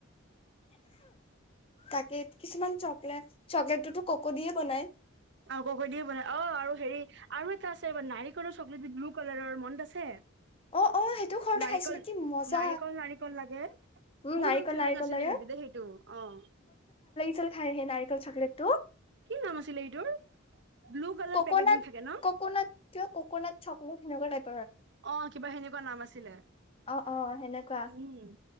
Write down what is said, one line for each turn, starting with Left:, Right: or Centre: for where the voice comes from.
Left: তাকে কিছুমান চকলেট- চকলেটটোতো ককো দিয়ে বনাই।
Right: অ, ' ককো দি বনাই অহ, 'আৰু হেৰি আৰু এটা আছে নাৰিকলৰ চকলেট লো, ' কালাৰৰ মনত আছে?
Left: অ অ সেইটো ঘৰতে
Right: নাৰিকল,
Left: খাইছিলো কি মজা
Right: নাৰিকল -নাৰিকল লাগে
Left: উম
Right: মোৰ
Left: নাৰিকল
Right: ইমান ফেভাৰেট
Left: নাৰিকল
Right: নাছিলে
Left: লাগে
Right: কিন্তু দেই সেইটো। অহ',
Left: ছিল খায়। সেই নাৰিকল চকলেটো,
Right: নাম আছিলে এইটোৰ ব্লু কালাৰ
Left: ককনাট-
Right: পেকেজিং থাকে ন
Left: ককনাট কিয় ককনাট চক, এই তেনেকোৱা টাইপ।
Right: অ ', কিবা সেনেকুৱা নাম আছিলে।
Left: অ ', -অ, ' সেনেকুৱা।
Right: উম